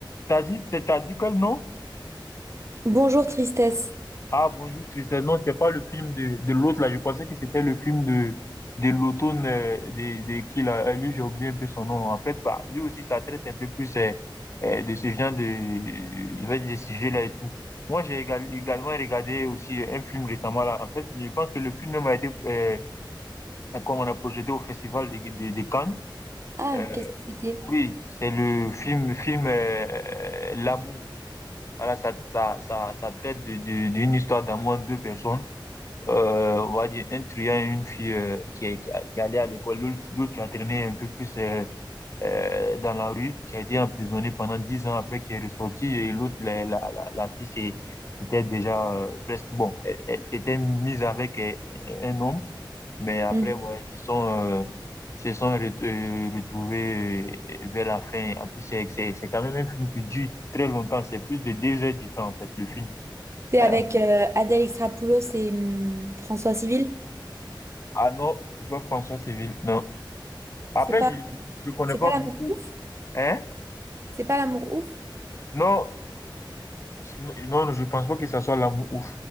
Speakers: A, on the left; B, on the right.
A: t'as dit, t'as dit quel nom?
B: Bonjour Tristesse.
A: Ah, bonjour Tristan. Non, c'était pas le film de, de l'autre là. Je pensais que c'était le film de, de l'automne euh, de, de qui là. Euh, Lui, j'ai oublié un peu son nom. En fait, bah, lui aussi, ça traite un peu plus euh, euh, de ce genre de, je vais dire, de sujets là et tout. Moi, j'ai égal- également regardé aussi un film récemment là. En fait, je pense que le film même a été, euh, comme on a projeté au festival de, de, de Cannes.
B: Ah,
A: Euh,
B: qu'est-ce que c'était?
A: oui, c'est le film, film euh, euh, L'amour. Voilà, ça, ça, ça, ça traite de, de, d'une histoire d'amour entre deux personnes euh, on va dire un truand et une fille euh, qui, est- qui, a- qui allait à l'école, l'autre l'autre qui a traîné un peu plus euh, euh, dans la rue, qui a été emprisonné pendant dix ans après qui est ressorti, et l'autre, la, la, la, la fille, c'est- c'était déjà euh, presque bon. Elle, elle s'était mise avec euh, un homme, mais après,
B: Mhm.
A: ouais, ils se sont, euh, ils se sont ret- euh, retrouvés euh, vers la fin. En plus, c'est c'est- c'est quand même un film qui dure très longtemps, c'est plus de deux heures du temps, en fait, le film.
B: C'est avec
A: Euh,
B: euh, Adèle Exarchopoulos et hum, François Civil.
A: ah non, c'est pas François Civil, non. Après,
B: C'est pas,
A: je je connais
B: c'est
A: pas
B: pas l'amour
A: beaucoup.
B: ouf?
A: Hein?
B: C'est pas l'amour ouf?
A: Non, est-ce que- non, je pense pas que ça soit l'amour ouf.